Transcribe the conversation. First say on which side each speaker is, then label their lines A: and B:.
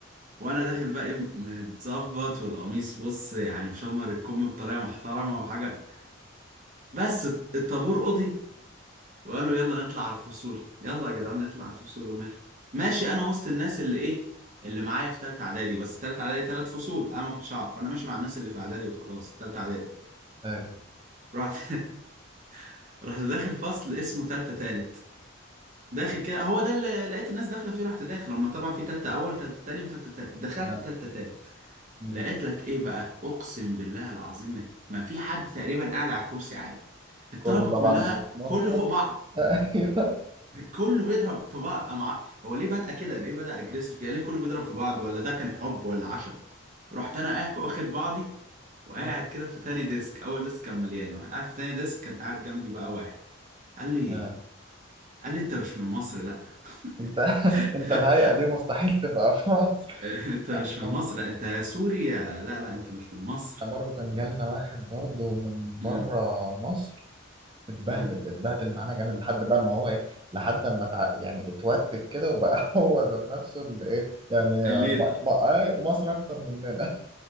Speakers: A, on the right (about 40°); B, on the right (about 25°).
A: وانا داخل بقى ايه متظبط والقميص بص يعني مشمر الكم بطريقة محترمة وحاجة بس الط- الطابور قضي وقالوا يلا نطلع على الفصول يلا يا جدعان نطلع على الفصول وماله ماشي انا وسط الناس اللي ايه اللي معايا في تالتة اعدادي بس تالتة اعدادي تلات فصول انا ما كنتش اعرف انا ماشي مع الناس اللي في اعدادي وخلاص تالتة اعدادي
B: ايوه
A: رحت <laughs> رحت داخل فصل اسمه تالتة تالت داخل كده هو ده اللي لقيت الناس داخله فيه رحت داخل هما طبعا في تالتة اول تالتة تاني وتالتة تالت دخلت
B: آه.
A: تالتة تالت
B: مم.
A: لقيت لك ايه بقى اقسم بالله العظيم ما في حد تقريبا قاعد على الكرسي عادي الطلبه
B: كله طبعا
A: كلها
B: بيتنطط
A: كله فوق بعض
B: <laughs> ايوه
A: كله بيضرب في بعض أنا مع... هو ليه بدأ كده ليه بدأ اجريسيف كده ليه كله بيضرب في بعض ولا ده كان حب ولا عشم رحت انا قا- واخد بعضي وقاعد
B: آه.
A: كده في تاني ديسك اول ديسك كان مليان رحت قاعد في تاني ديسك كان قاعد جنبي بقى واحد قال لي
B: آه.
A: قال لي انت مش من مصر لا
B: انت <laughs>
A: <laughs>
B: انت الهيئه دي مستحيل تبقى في مصر
A: انت
B: <laughs>
A: مش
B: احنا
A: من مصر انت يا سوريا لا لا انت مش من مصر
B: احنا برضو كان جالنا واحد برضو من
A: امم
B: بره مصر اتبهدل
A: امم
B: اتبهدل معانا جامد لحد بقى ما هو ايه لحد ما تع... يعني اتوتك كده وبقى <laughs> هو ذات نفسه اللي ايه يعني
A: الليدر
B: م... م... آه، مصر اكتر مننا